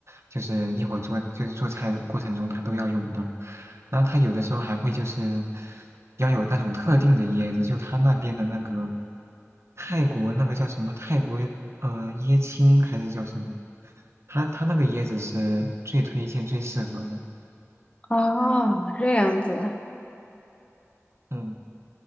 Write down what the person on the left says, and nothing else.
啊，这样子，